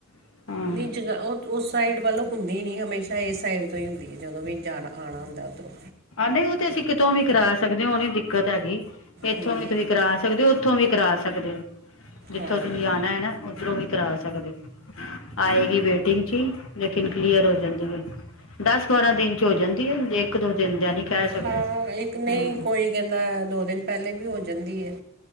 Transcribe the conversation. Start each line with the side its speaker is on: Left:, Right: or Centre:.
Left: ਹਾਂ
Right: ਨਹੀਂ ਜਿਹੜਾ ਉਹ ਉਸ ਸਾਈਡ ਵੱਲੌ ਹੁੰਦੀ ਨ ਹਮੇਸ਼ਾ ਇਸ ਸਾਈਡ ਤੋਂ ਹੀ ਹੁੰਦੀ ਹੈ ਜਦੋਂ ਵੀ ਜਾਣਾ ਆਉਣਾ ਹੁੰਦਾ ਉੱਧਰੋਂ।
Left: ਹਾਂ ਨਹੀਂ ਉਹ ਤੇ ਅਸੀਂ ਕਿਤੋਂ ਵੀ ਕਰਾ ਸਕਦੇ ਹੋ ਉਹ ਨਹੀਂ ਦਿੱਕਤ ਹੈਗੀ ਇੱਥੋਂ
Right: ਹੂੰ
Left: ਵੀ ਤੁਸੀਂ ਕਰਾ। ਸਕਦੇ ਉੱਥੋਂ ਵੀ ਕਰਾ ਸਕਦੇ ਹੋ ਜਿੱਥੋਂ
Right: ਹੋ ਹਾਂ
Left: ਤੁਸੀਂ ਆਨਾ ਹੈ ਨਾ ਉੱਧਰੋਂ ਵੀ ਕਰਾ ਸਕਦੇ ਹੋ ਆਏਗੀ ਵੇਟਿੰਗ ਚ ਈ ਲੇਕਿਨ ਕਲੀਅਰ ਹੋ ਜਾਂਦੀ ਏ ਦਸ ਬਾਰਾਂ ਦਿਨ ਚ ਹੋ ਜਾਂਦੀ ਹੈ ਜੇ ਇੱਕ ਦੋ। ਦਿਨ ਦਾ ਨਹੀਂ ਕਹਿ ਸਕਦੇ।
Right: ਹਾਂ ਇੱਕ ਨਹੀਂ
Left: ਹੂੰ
Right: ਕੋਈ ਕਹਿੰਦਾ ਦੋ ਦਿਨ ਪਹਿਲੇ ਵੀ ਹੋ ਜਾਂਦੀ ਏ।